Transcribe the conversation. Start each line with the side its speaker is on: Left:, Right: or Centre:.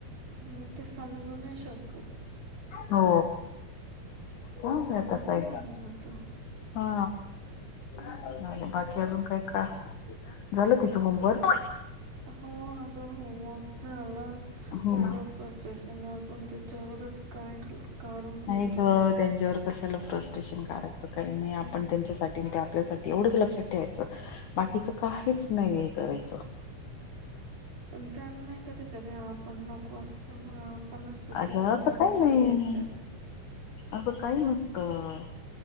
Right: मग ते समजू नाही शकत.
Left: हो. काय आता
Right: असं
Left: काय
Right: होऊन जातं.
Left: हा जाऊ दे बाकी अजून काय? का झालं तिचं होमवर्क.
Right: हो अगं होमवर्क झाला
Left: हम्म
Right: सगळं फस्टेश शन अजून तीच्यावरच काड काढून होतं
Left: नाही ग
Right: मग.
Left: त्यांच्यावर कशाला फ्रस्ट्रेशन काढायचं काही नाही आपण
Right: मग
Left: त्यांच्यासाठी आपल्यासाठी एवढंच लक्षात ठेवायचं बाकीच काहीच नाही हे करायचं.
Right: पण त्यांनाही कधी कधी आप आपण नको असतो ना आपणच चुकीचं
Left: अग असं
Right: त्यांच्या
Left: काही नाही
Right: याच्यात
Left: असं काही नसतं.